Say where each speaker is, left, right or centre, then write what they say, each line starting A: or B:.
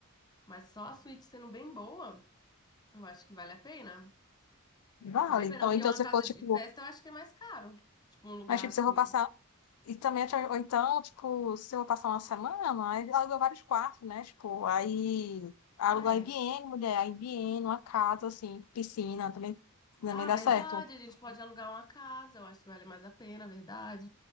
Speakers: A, on the left (about 20°); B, on the left (about 80°).
A: mas só a suíte sendo bem boa, eu acho que vale a pena.
B: Vale.
A: Vale a pena,
B: Então,
A: porque
B: então
A: uma
B: se
A: casa
B: for, tipo,
A: de festa eu acho que é mais caro. Tipo, um lugar
B: mas tipo,
A: assim.
B: se eu vou passar E também, tipo, ou então, tipo, se eu vou passar uma semana, aí aluga vários quartos, né? Tipo, aí aluga
A: É.
B: IBM, mulher, IBM, uma casa, assim, piscina, também, também
A: Ah,
B: dá
A: verdade,
B: certo.
A: a gente pode alugar uma casa, eu acho que vale mais a pena, verdade.